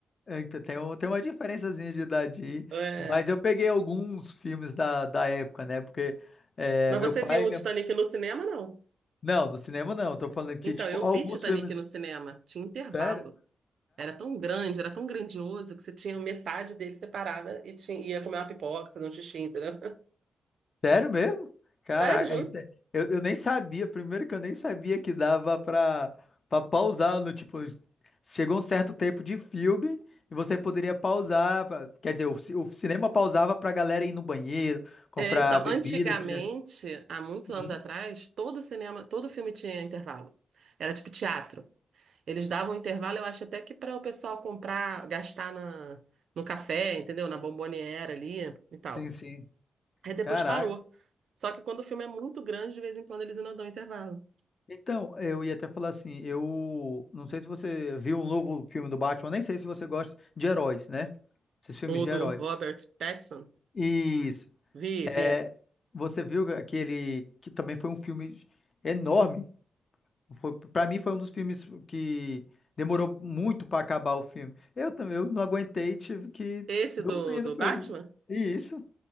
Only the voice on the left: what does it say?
eita, tem um- tem uma diferençazinha de idade aí,
mas eu peguei alguns filmes da, da época, né? Porque é,
meu
pai
e
minha...
Não, no cinema não, eu tô falando que,
tipo,
alguns
filmes...
Sério?
Sério mesmo? Caraca,
é inte- eu, eu nem sabia. Primeiro que eu nem sabia que dava pra, pra pausar no tipo. Chegou um certo tempo de filme e você poderia pausar. pra- Quer dizer, o, ci- o cinema pausava pra galera ir no banheiro, comprar
bebida,
refrigerante.
Uhum.
Sim, sim.
Caraca.
Então, eu ia até falar assim, eu não sei se você viu um novo filme do Batman, nem sei se você gosta de heróis, né? Esses filmes
de
heróis.
Isso.
É,
você viu aquele que também foi um filme enorme. Foi, para mim foi um dos filmes que demorou muito para acabar o filme. Eu também, eu não aguentei, tive que
dormir
no filme.
E isso.